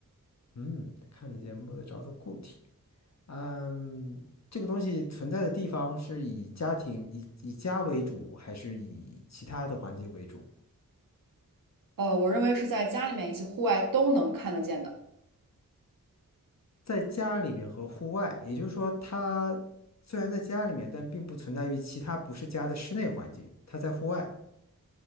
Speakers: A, on the left; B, on the right.
A: 嗯，看得见、摸得着的固体。嗯，这个东西存在的地方是以家庭、以以家为主，还是以其他的环境为主？
B: 呃，我认为是在家里面以及户外都能看得见的。
A: 在家里面和户外，也就是说，它虽然在家里面，但并不存在于其他不是家的室内环境，它在户外。